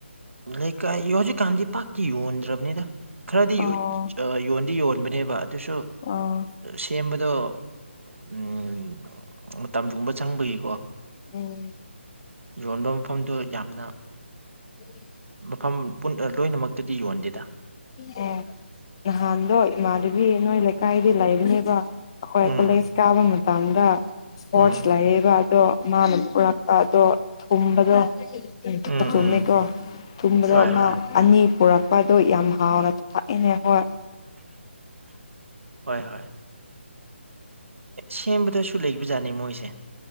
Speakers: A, on the right; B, on the left.
A: ꯂꯩꯀꯥꯏ ꯍꯧꯖꯤꯛꯀꯥꯟꯗꯤ ꯄꯥꯛꯇꯤ ꯌꯣꯟꯗ꯭ꯔꯕꯅꯤꯗ ꯈꯔꯗꯤ
B: ꯑꯣ
A: ꯌꯣꯟꯗꯤ ꯌꯣꯟꯕꯅꯦꯕ ꯑꯗꯨꯁꯨ
B: ꯑꯣ
A: ꯁꯦꯝꯕꯗꯣ ꯎꯝ ꯃꯇꯝꯗꯨꯨꯝꯕ ꯆꯪꯕꯒꯤ
B: ꯎꯝ
A: ꯌꯣꯟꯕ ꯃꯐꯝꯗꯨ ꯌꯥꯝꯅ
B: ꯎꯝ
A: ꯃꯐꯝ ꯂꯣꯏꯅꯃꯛꯇꯗꯤ ꯌꯣꯟꯗꯦꯗ
B: ꯑꯦ ꯅꯍꯥꯟꯗꯣ ꯏꯃꯥꯗꯨꯕꯤ ꯅꯣꯏ ꯂꯩꯀꯥꯏꯗꯤ ꯂꯩꯕꯅꯦꯕ ꯑꯩꯈꯣꯏ
A: ꯎꯝ
B: ꯀꯣꯂꯦꯖ ꯀꯥꯕ ꯃꯇꯝꯗ ꯏꯁꯄꯣꯔꯠꯁ
A: ꯎꯝ
B: ꯂꯩꯌꯦꯕ ꯑꯗꯣ ꯃꯥꯅ ꯄꯨꯔꯛꯄ ꯑꯗꯣ ꯊꯨꯝꯕꯗꯣ ꯎ ꯊꯔ
A: ꯎꯝ
B: ꯊꯨꯝꯃꯦꯀꯣ
A: ꯎꯝ
B: ꯊꯨꯝꯕꯗ
A: ꯍꯣꯏ
B: ꯑꯃ
A: ꯍꯣꯏ
B: ꯑꯅꯤ ꯄꯨꯔꯛꯄ ꯑꯗꯨ ꯌꯥꯝ ꯍꯥꯎꯅ ꯊꯥꯛꯏꯅꯦ ꯍꯣꯏ
A: ꯍꯣꯏ ꯍꯣꯏ ꯁꯦꯝꯕꯗꯁꯨ ꯂꯩꯕꯖꯥꯠꯅꯤ ꯃꯣꯏꯁꯦ